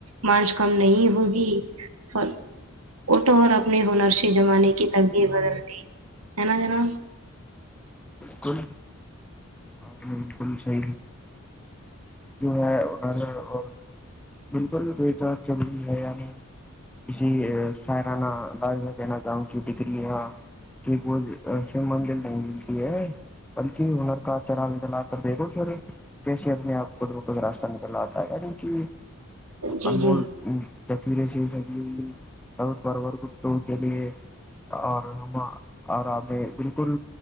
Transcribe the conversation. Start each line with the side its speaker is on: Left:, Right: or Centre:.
Right: مارچ کم نہیں ہوگی اٹ اور اپنے ہنرش جمانے کی تقبیر بدل دی ہے نا جناب
Centre: بال بکل شی جو ہے اھر اور بالکل بھی کو چت روری ہے یعنی اسسی ساہرانہ انداز میں کہنا چاہوں کہ ڈگری یہاں ج پ شیو مندر نہیں ملتی ہے بلکی ہنر کا چرتنا کر دےھو پھر کیسے اپنے آپ خود کو راستہ نکل لاتا ہے یعنی کہ
Right: جی
Centre: انمول
Right: جی
Centre: تکیرے سےگ اور باروار ک تو کے لی اور ہم اور آے بالکل